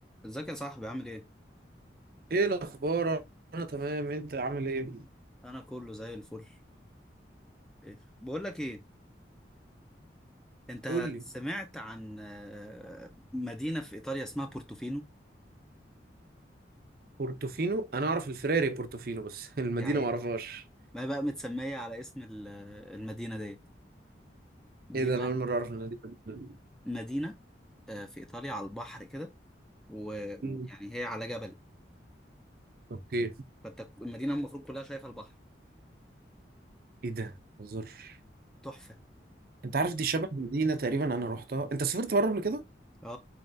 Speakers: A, in the centre; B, on the right.
A: ازيك يا صاحبي عامل ايه؟
B: ايه الاخبار انا تمام انت عامل ايه
A: انا كله زي الفل إيه؟ بقول لك ايه انت
B: قول لي
A: سمعت عن آه، مدينة في ايطاليا اسمها بورتوفينو
B: بورتوفينو انا اعرف الفراري بورتوفينو بس <laughs> المدينه
A: يا عين
B: ما اعرفهاش
A: ما هي بقى متسمية على اسم ال- المدينة ديت دي
B: ايه ده
A: بقى
B: انا اول مره اعرف المدينه دي.
A: مدينة آه، في ايطاليا على البحر كده و-
B: مم.
A: ويعني هي على جبل
B: اوكي
A: فانت المدينة المفروض كلها شايفة البحر
B: ايه ده ما اهزرش
A: تحفة
B: انت عارف دي شبه مدينه تقريبا انا رحتها انت سافرت بره قبل كده
A: اه